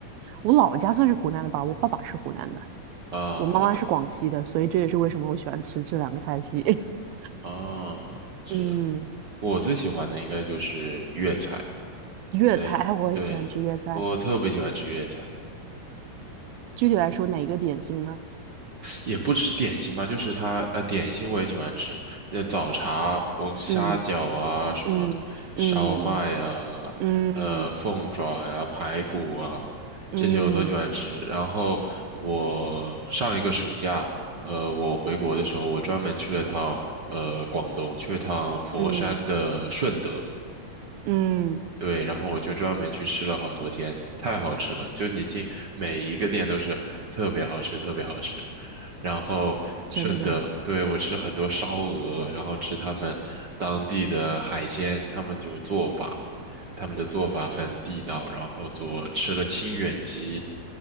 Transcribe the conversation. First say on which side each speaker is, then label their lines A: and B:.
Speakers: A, on the right; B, on the right.
A: 我老家算是湖南的吧，我爸爸是湖南的，
B: 啊，
A: 我妈妈是广西的，
B: 好的，
A: 所以这也是为什么我喜欢吃这两个菜系。<laughs>
B: 啊，是
A: 嗯，
B: 我最喜欢的应该就是粤菜，
A: 粤菜，
B: 对对，
A: 哎，我也喜欢吃粤菜。
B: 我特别喜欢吃粤菜。
A: 具体来说，哪一个点心呢？
B: 也不吃点心吧，就是它呃，点心我也喜欢吃，呃，早茶，我虾饺啊，
A: 嗯。
B: 什么烧麦啊，
A: 嗯嗯嗯
B: 呃，凤爪呀、排骨啊，
A: 嗯
B: 这些我都喜欢吃。然后我上一个暑假，呃，我回国的时候，我专门去了趟呃广东，去了趟佛山的顺德。
A: 嗯嗯，
B: 对，然后我就专门去吃了好多天，太好吃了！就你进每一个店都是特别好吃，特别好吃。然后顺德，
A: 真的，
B: 对，我吃很多烧鹅，然后吃他们当地的海鲜，他们就做法，他们的做法很地道，然后做吃了清远鸡，